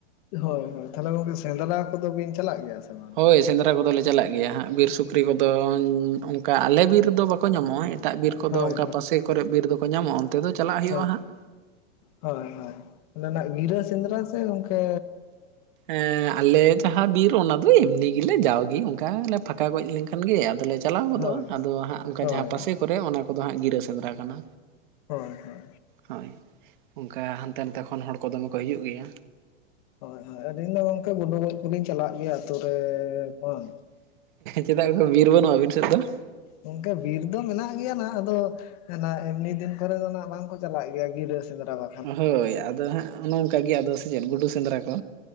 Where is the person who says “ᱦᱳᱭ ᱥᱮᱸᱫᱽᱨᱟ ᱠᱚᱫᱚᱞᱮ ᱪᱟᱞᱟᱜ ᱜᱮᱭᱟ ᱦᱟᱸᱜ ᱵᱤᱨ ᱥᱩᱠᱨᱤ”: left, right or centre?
Right